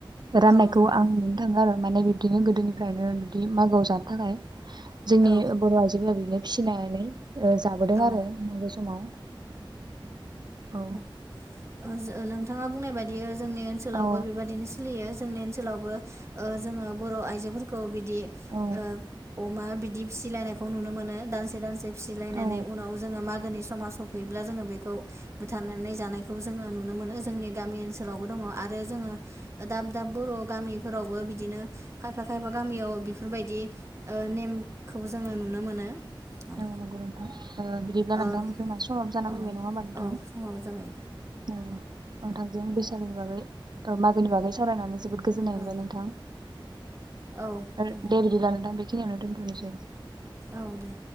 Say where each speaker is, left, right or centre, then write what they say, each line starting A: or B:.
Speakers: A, on the right (about 55°); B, on the right (about 35°).
A: राननायखौ
B: औ नंगौ
A: आं नुनो थाङो आरो। माने बिब्दिनो गोदोनिफ्रायनो बिदि मागोआव जानो थाखाय जोंनि
B: औ
A: बर' आइजोफोरा बि नो फिसिनानै ओ जाबोदों
B: औ
A: आरो मागो समाव। औ
B: अ ओ जों नों- थाङा बुंनाय बायदि- जोंनि ओनसोलावबो
A: औ
B: बेबादिनो सोलियो जोंनि ओनसोलावबो ओ जोङो बर' आइजोफोरखौ बि- दि
A: औ
B: ओ अमा बिदि फिसिलायनायखौ नुनो मोनो दानसे दानसे। फिसिलायनानै
A: औ
B: उनाव जोङो मागोनि समा सफैयोब्ला जोङो बेखौ बुथारनानै जानायखौ जोङो नुनो मोनो जोंनि गामि ओनसोलाव। बो दङ आरो जोंङो दाब दाब बर' गामिफोरावबो बिदिनो खायफा खायफा गामियाव बेफोरबायदि ओ नेमखौ जोङो नुनो मोनो। ओ
A: नंगौ नंगौ नों- नोंथां। ओ बिदिब्ला नोंथां
B: औ
A: जोंना समाब जाना
B: औ
A: फैबाय नङा होमा नोंथां।
B: औ समाबो जाबाय
A: औ नोंथांजों बेसे- <unintelligible> मागोनि बागै सावरायनानै जोबोद गोजोननाय
B: औ
A: मोनबाय नोंथां।
B: औ
A: आरो
B: गोजोन
A: दे बिदिब्ला नोंथां बे- बेखिनियावनो दोंनथनोसै।
B: औ दे।